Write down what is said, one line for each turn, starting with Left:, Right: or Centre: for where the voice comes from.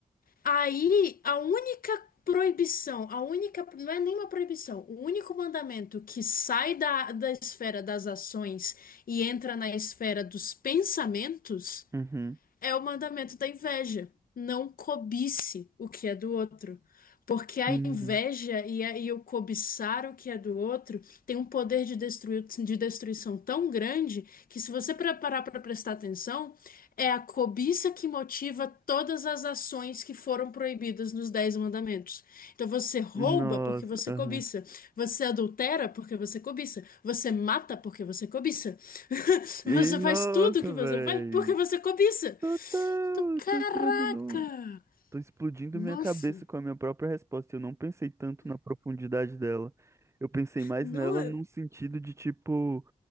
Left: Aí, a única proibição, a única, não é nenhuma proibição, o único mandamento que sai da, da esfera das ações e entra na esfera dos pensamentos
Right: uhum.
Left: é o mandamento da inveja. Não cobice o que é do outro. Porque a
Right: Sim.
Left: inveja e, a- e o cobiçar o que é do outro tem um poder de, destruir, de destruição tão grande que, se você pra- parar para prestar atenção, é a cobiça que motiva todas as ações que foram proibidas nos Dez Mandamentos. Então, você rouba
Right: Nossa,
Left: porque você
Right: aham.
Left: cobiça, você adultera porque você cobiça, você mata porque você cobiça, <laughs>
Right: E
Left: você
Right: nossa,
Left: faz tudo que
Right: véi.
Left: você faz porque você cobiça.
Right: Total,
Left: Então,
Right: eu
Left: caraca!
Right: tô entrando no. Tô explodindo
Left: Nossa!
Right: minha cabeça com a minha própria resposta. Eu não pensei tanto na profundidade dela. Eu pensei mais
Left: Não.
Right: nela num sentido de, tipo,